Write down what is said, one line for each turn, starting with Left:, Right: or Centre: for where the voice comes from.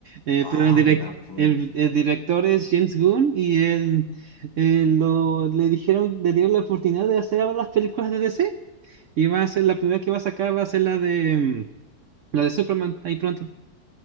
Right: Eh,
Left: Ah,
Right: pero el, direc-
Left: mira, pues.
Right: el, el director es James Gunn y él, eh, lo, le dijeron, le dieron la oportunidad de hacer ahora las películas de DC y va a ser la primera que va a sacar, va a ser la de, mm, la de Superman, ahí pronto.